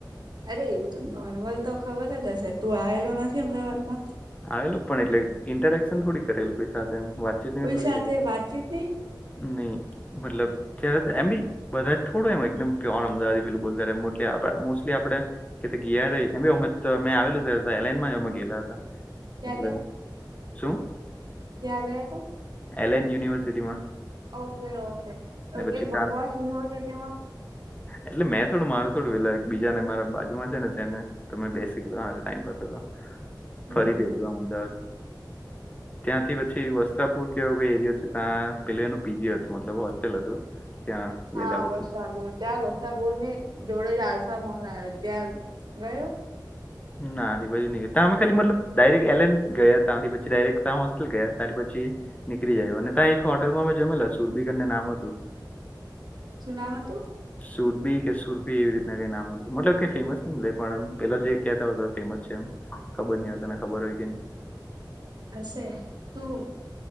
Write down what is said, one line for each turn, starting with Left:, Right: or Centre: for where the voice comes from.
Right: અરે એવું તો નોર્મલ તો ખબર જ હશે તું આયલો નથી અમદાવાદમાં?
Left: આવેલો પણ એટલે ઇન્ટએક્શન થોડી કરેલું કોઈ સાથે એમ વાતચીત ને
Right: કોઈ
Left: એ થોડી
Right: સાથે
Left: કરી.
Right: વાતચીત નહી
Left: ની મતલબ ત્યારે તો એમ બી બધા થોડું એમ એકદમ પ્યોર અમદાવાદી પેલું બોલતા રે મોટલી આપે મોસ્ટલી આપડે. કે તે ગિયા રે એમ બી અમે તો અમે આવેલું એ એલ એનમાં જ અને ગેયલા હતા.
Right: ક્યાં
Left: એટલે શું?
Right: ત્યાં ગયાતા?
Left: એલેન યુનિવર્સિટીમાં.
Right: ઓકે ઓકે
Left: ને
Right: એટલે
Left: પછી
Right: બકવાસ
Left: ત્યાં
Right: યુનિવર્સિટી માં
Left: એટલે મેં થોડું મારું થોડું પેલા એક બીજા ને મારા બાજુમાં છે ને તેને તમે બેસ શીખલો હ ટાઈમ પા કર
Right: હમ
Left: ફરી
Right: હમ
Left: બી અમદાવાદ ત્યાંથી પછી વસ્ત્રાપુર કે એવો કઈ એરિયા છે તા પેલે એનું પીજી હતું મતલબ હોસ્ટેલ હતું. ત્યાં
Right: હા
Left: ગયેલા પછી
Right: વસાપુર ત્યાં વસાપુરની જોડે જ આલ્ફા મોલ આયો, ત્યાં ગયો?
Left: ના આજી બાજુ નહીં તા અમે ખાલી મતલબ ડાયરેક્ટ એલેન ગયા તાથી પછી ડાયરેક્ટ તા હોસ્ટેલ ગયા ત્યાંથી પછી નીકરી જાય અને તા એક હોટલમાં અમે જમેલા સુરબી કરીને નામ હતું.
Right: શું નામ હતું?
Left: સુરબી કે સુરભી એવી રીતના કઈ નામ હતું મતલબ કઈ ફેમસ ની મલે પણ એમ પેલો જે કેતો હતો ફેમસ છે એમ ખબર નહીં હવે તને ખબર હોય કે ની.
Right: હશે તું